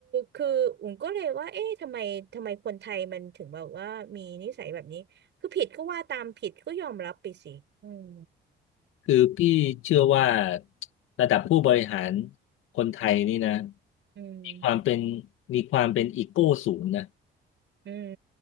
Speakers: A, on the right (about 65°); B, on the left (about 85°).
A: คืออุ่นก็เลยว่าเอ๊ะทำไมทำไมคนไทยมันถึงแบบว่ามีนิสัยแบบนี้คือผิดก็ว่าตามผิดก็ยอมรับไปสิอืม
B: คือพี่เชื่อว่าระดับผู้บริหารคนไทยนี่นะ
A: อืม
B: มีความเป็นมีความเป็นอีโก้สูงนะ
A: อืม